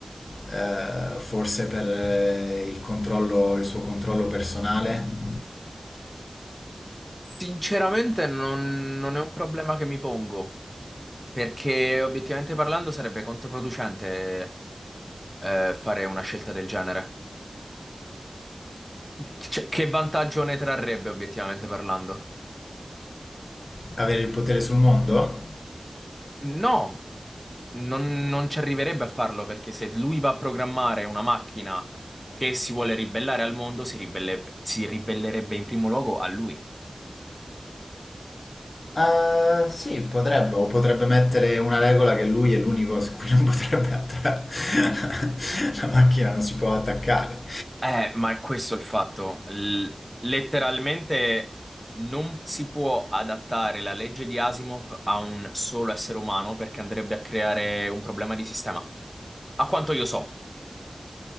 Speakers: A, on the left; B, in the centre.
A: eh, forse per eh, il controllo, il suo controllo personale,
B: Sinceramente, non non è un problema che mi pongo. Perché obiettivamente parlando sarebbe controproducente eh, fare una scelta del genere. Cioè, che vantaggio ne trarrebbe obiettivamente parlando?
A: avere il potere sul mondo?
B: No, non, non ci arriverebbe a farlo perché se lui va a programmare una macchina che si vuole ribellare al mondo, si ribellerebbe si ribellerebbe in primo luogo a lui.
A: Eh, sì, potrebbe, o potrebbe mettere una regola che lui è l'unico su cui non potrebbe attaccare. <laughs> La macchina non si può attaccare.
B: Eh, ma è questo il fatto. L- letteralmente non si può adattare la legge di Asimov a un solo essere umano perché andrebbe a creare un problema di sistema. A quanto io so.